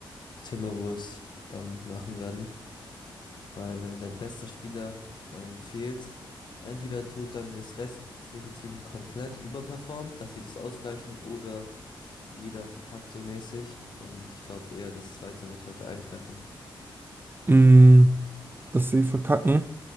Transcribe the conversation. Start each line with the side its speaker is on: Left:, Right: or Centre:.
Left: die Timberwolves dann machen werden. Weil wenn dein bester Spieler ähm, fehlt, entweder tut dann das restliche Team komplett überperformen, dass sie das ausgleichen, oder jeder verkackt so mäßig. Und ich glaube eher, das zweite wird heute eintreffen.
Right: mh, dass sie verkacken?